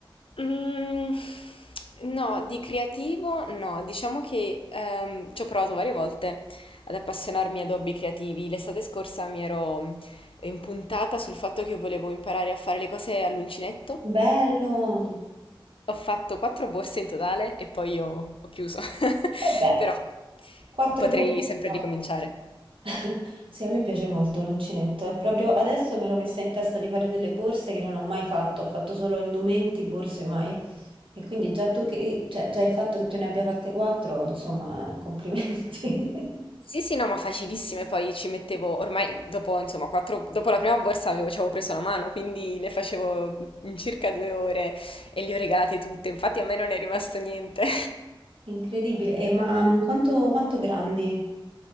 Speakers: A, on the left; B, on the right.
A: Mm, no, di creativo no, diciamo che ehm, ci ho provato varie volte ad appassionarmi ad hobby creativi. L'estate scorsa mi ero mm, impuntata sul fatto che volevo imparare a fare le cose all'uncinetto.
B: Bello!
A: Ho fatto quattro borse in totale e poi ho, ho chiuso. <laughs>
B: Vabbè,
A: Però
B: Quattro
A: potrei
B: bollite
A: sempre
B: però.
A: ricominciare.
B: <laughs> Sì, a me piace molto l'uncinetto. E proprio adesso mi ero messa in testa di fare delle borse che non ho mai fatto. Ho fatto solo indumenti, borse mai. E quindi già tu che... eh, Cioè, già il fatto che tu ne abbia fatte quattro, insomma, eh, complimenti. <laughs>
A: Sì, sì, no, ma facilissime, poi ci mettevo, ormai dopo, insomma, quattro, dopo la prima borsa avevo, ci avevo preso la mano, quindi le facevo in circa due ore e le ho regalate tutte, infatti a me non è rimasto niente. <laughs>
B: Incredibile. E ma mm, quanto, quanto grandi?